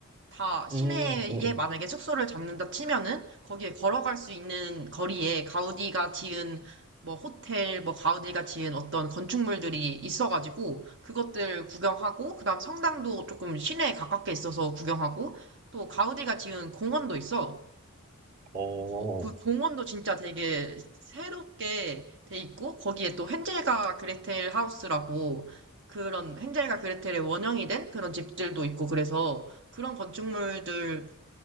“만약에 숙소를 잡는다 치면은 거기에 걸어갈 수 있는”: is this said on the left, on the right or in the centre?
Right